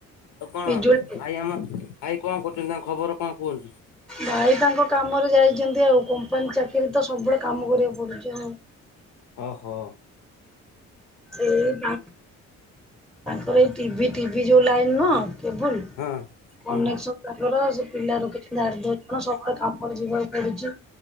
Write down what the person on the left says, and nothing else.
ଆଉ କଣ
ଭାଇ ଆମ ଭାଇ କଣ କରୁଛନ୍ତି, ତାଙ୍କ ଖବର କଣ କୁହନ୍ତୁ?
ଓ ହୋ।
ହଁ।
ହଁ